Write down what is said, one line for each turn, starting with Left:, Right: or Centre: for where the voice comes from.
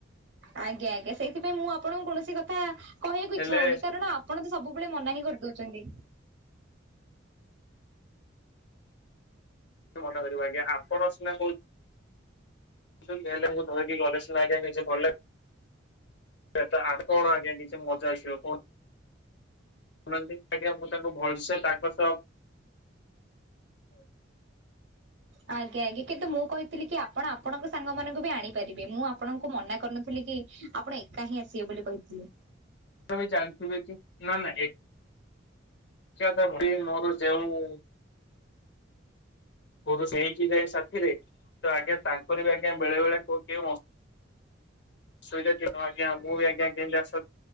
Right: ଆଜ୍ଞା ଆଜ୍ଞା ସେଇଥିପାଇଁ ମୁଁ ଆପଣୁଙ୍କୁ କୌଣସି କଥା କହିଆକୁ ଇଚ୍ଛା
Left: ହେଲେ
Right: ହଉନି କାରଣ ଆ ପଣ ତ ସବୁବେଳେ ମନା ହିଁ କରିଦଉଛନ୍ତି।
Left: ମନ କରିବ ଆଜ୍ଞା ଆପଣ ସିନା କଉ ଛନ୍ତି ହେଲେ ମୁଁ ଧରକି ଗଲେ ସିନା ଆଜ୍ଞା <unintelligible> ସେଟା ଆପଣ ଆଜ୍ଞା କିଛି ମଜା ଆସିବ କ ହୁନାନ୍ତି ଆଜ୍ଞା ମୁଁ ତାଙ୍କୁ ଭଲ ସେ ତାଙ୍କ ସହ
Right: ଆଜ୍ଞା ଆଜ୍ଞା କିନ୍ତୁ ମୁଁ କହିଥିଲି କି ଆପଣ ଆପଣଙ୍କ ସାଙ୍ଗମାନଙ୍କୁ ବି ଆଣି କରିବେ ମୁଁ ଆପଣଙ୍କୁ ମନା କରିନଥିଲି କି ଆପଣ ଏକା ହିଁ ଆସିବେ ବୋଲି କହିଥିଲି।
Left: ଆପଣ ବି ଜାଣିଥିବେ କି ନା ନା <unintelligible> ମୋର ଯେଉଁ <unintelligible> ସାଥିରେ ତ ଆଜ୍ଞା ତାଙ୍କର ବି ଆଜ୍ଞା ବେଳେ ବେଳେ କୋଉ କେଉଁ ସୁବିଧା କି ହବ ଆଜ୍ଞା ମୁଁ ବି ଆଜ୍ଞା କେମତି ଆ <unintelligible>